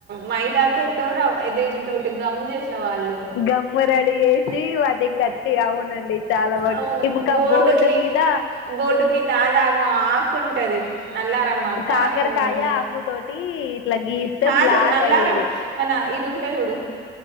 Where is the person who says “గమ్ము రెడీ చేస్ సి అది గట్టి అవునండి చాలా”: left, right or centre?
Left